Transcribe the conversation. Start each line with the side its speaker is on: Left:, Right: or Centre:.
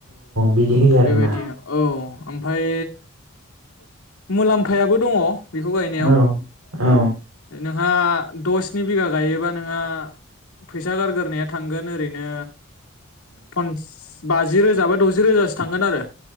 Right: बिदि होयो आरोना
Left: बेबायदि औ ओमफ्राय मुलाम फायाबो दङ बेखौ गायनायाव
Right: औ औ
Left: नोंहा द' स्नि बिघा गायोबानो नोङा फैसा गारग्रोनाया थांगोन ओ ओरैनो फनस बाजि रोजा बा द'जि रोजासो थांगोन आरो